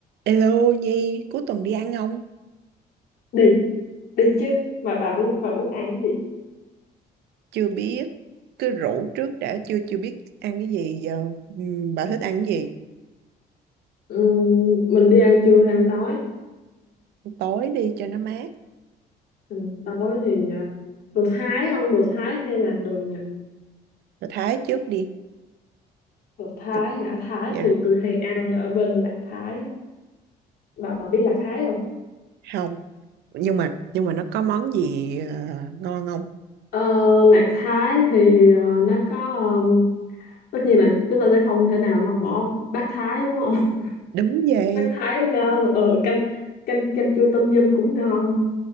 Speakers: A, on the right; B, on the left.
A: Hello Nhi, cuối tuần đi ăn không?
B: đi đi chứ mà bà muốn bà muốn ăn gì
A: Chưa biết, cứ rủ trước đã, chưa chưa biết ăn cái gì giờ. Ừm, bà thích ăn cái gì?
B: Ừm, mình đi ăn trưa hay ăn tối
A: Tối đi cho nó mát,
B: Ăn tối thì à, đồ Thái không đồ Thái hay là đồ Nhật
A: rồi Thái trước đi.
B: đồ Thái
A: Thì-
B: hả Thái
A: Dạ,
B: thì tôi hay ăn ở bên Lạc Thái bà bà biết Lạc Thái không
A: không, nhưng mà nhưng mà nó có món gì ờ, ngon không?
B: Ờ, lạc Thái thì ờ, nó có ờm, tất nhiên là chúng ta sẽ không thể nào mà bỏ bát Thái đúng không? <laughs>
A: Đúng vậy.
B: Bát Thái ngon, ờ canh canh canh chua tôm yum cũng ngon.